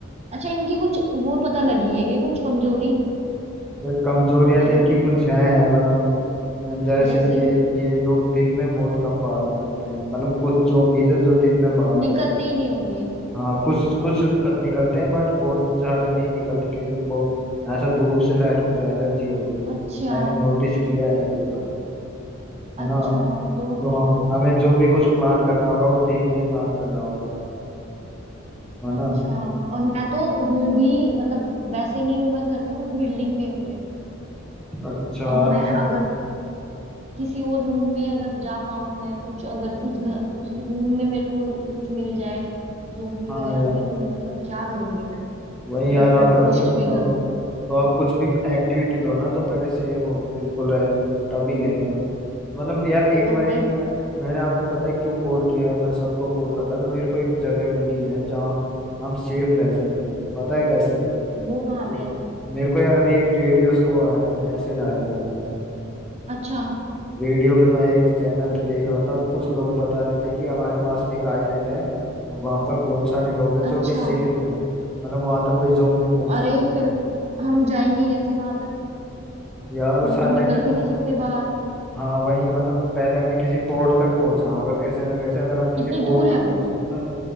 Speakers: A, on the right (about 30°); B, in the centre.
A: अच्छा इनकी कुछ वो पता लगी है कि कुछ कमजोरी
B: तो कमजोरियां तो
A: अगर
B: इनकी
A: कुछ
B: कुछ हैं मतलब जैसे
A: जैसे
B: ये ये लोग दिन में बहुत कम बाहर निकलते हैं मतलब कुछ zombies है जो दिन में बाहर निकलते
A: निकलते ही नहीं होंगे
B: हैं हाँ कुछ कुछ क- निकलते हैं बट बहुत सारे नहीं निकलते क्योंकि उनको ऐसा धूप से शायद कुछ एलर्जी होगी
A: अच्छा
B: मैंने नोटिस किया है ये है
A: अच्छा
B: ना
A: तो
B: तो हमें जो भी कुछ प्लान करना होगा वो दिन में ही प्लान करना होगा है
A: अच्छा
B: ना
A: और मैं तो हूँ भी मतलब वैसे नहीं हूँ मैं घर में मैं बिल्डिंग में हूँ
B: अच्छा
A: अब
B: अच्छा
A: मैं अगर किसी और रूम में अगर जा पाऊं मैं कुछ अगर उस घर उस रूम में मेरे को कुछ मिल जाए ज़ोंबी
B: हाँ
A: वगैरह
B: यार
A: फिर मतलब क्या करूंगी मैं
B: वही
A: अगर
B: यार आप
A: मैं
B: बता
A: कोशिश
B: ही नहीं
A: भी
B: पाओगे
A: करूं
B: तो आप कुछ भी एक्टिविटी लो ना तो पहले सेव होगे बिल्कुल है तभी लेना मतलब यार एक
A: और
B: मैं
A: वही
B: एक मैं मैंने आपको पता है क्यों कॉल किया है मैं सबको कॉल कर रहा था तो मेरे को एक जगह मिली है जहाँ हम सेफ रह सकते हैं पता है कैसे
A: वो कहाँ
B: ये-
A: पे है
B: मेरे को यार अभी एक रेडियो से वो आया था मैसेज आया था
A: अच्छा
B: रेडियो पे मैं एक चैनल पे देख रहा था कुछ लोग बता रहे थे कि हमारे पास में एक आइलैंड है वहां पर बहुत सारे लोग हैं जो
A: अच्छा
B: अभी सेफ है मतलब वहां तक कोई ज़ोंबी पहुंचा
A: अरे
B: नहीं
A: फिर हम जाएंगे कैसे वहां तक
B: यार उस
A: हम
B: आइलैंड
A: तो निकल
B: तक
A: भी
B: मतलब
A: नहीं सकते बाहर
B: हाँ वही मतलब पहले हमें किसी पोर्ट तक पहुंचना होगा कैसे ना कैसे अगर हम किसी
A: कितनी
B: पोर्ट
A: दूर
B: तक
A: है
B: पहुंच
A: वो
B: गए ना